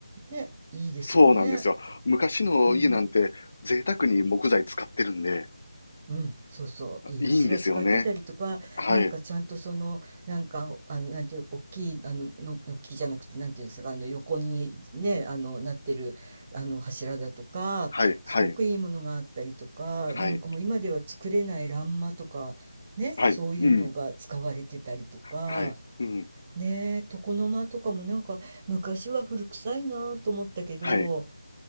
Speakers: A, on the right; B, on the left.
A: ねいいですよね。
B: そうなんですよ。昔の家なんて贅沢に木材使ってるんで、
A: うんうん、そうそう、いい柱使ってたりとか、
B: いいんですよね。はい。
A: なんかちゃんとその、なんか、あの、なんていう、大きい、あの、の、の木じゃなくて、なんていうんですか、あの、横にね、あの、なってる、あの、柱だとか、
B: はい。はい。
A: すごくいいものがあったりとか、
B: はい。
A: なんかもう今では作れない欄間とか、ね、
B: はい。
A: そういうのが使われてたりとか、
B: うん。はい。うん。
A: ね、床の間とかもなんか、昔は古臭いなと思ったけど、
B: はい。